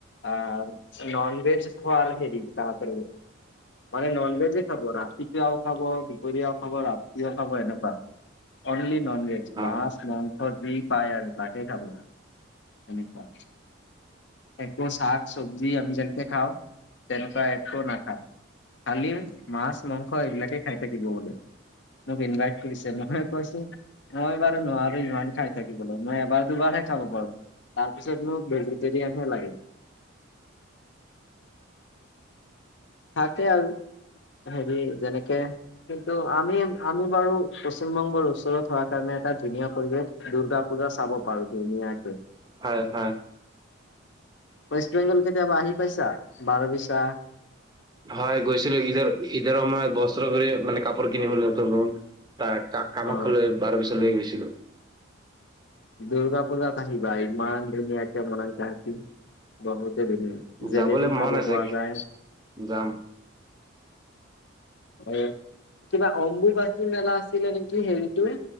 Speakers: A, on the left; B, on the right.
A: আহ ননভেজ খোৱাৰ হেৰি তপ মানে নন ভেজে খাব ৰাতিপুৱাও খাব দুপৰীয়াও খাব ৰাতিও খাব এনেকুৱা অনলি ননভেজ
B: অ
A: মাছ মংস পায় আৰু বাকে খাব তেনেকুৱা একো শাক চবজি যি আমি যেনেকে খাওঁ তেনেকুৱা একো নাখায় খালি মাছ মাংস এইবিলাকে খাই থাকিব বোলে মোক ইনভাইট কৰিছে মই কৈছো মই বাৰু নোৱাৰো ইমান খাই থাকিব লে মই এবাৰ দুবাৰহে খাব পাৰো তাৰ পিছত মোক ভেজিটেৰিয়ানহে লাগে। থাকে আৰু হেৰি যেনেকে কিন্তু আমি আমি বাৰু পশ্চিম বংগৰ ওচৰত হোৱা কাৰণে এটা ধুনীয়া পৰ্যাত দুৰ্গা পূজা চাব পাৰো ধুনীয়াক
B: হয় হয়
A: ৱেষ্ট বেংগল কেতিয়াবা আহি পাইছা বাৰ বিছা
B: হয় গৈছিলো ঈদৰ ঈদৰ সময়ত বস্ত্ৰ কৰি মানে কাপোৰ কিনিবলৈ ত কামাখ্যা
A: অ
B: লৈ বাৰ বছৰ ল গৈছিল
A: দুৰ্গা পূজাত আহিবা ইমান ধুনিয়াক মনতছিল বহুত জেলেপী
B: যাবলৈ
A: খাব
B: মন আছে
A: প যায়
B: যাম
A: হয় কিবা অম্বুবাচী মেলা আছিলে নেকি হেৰিটোয়ে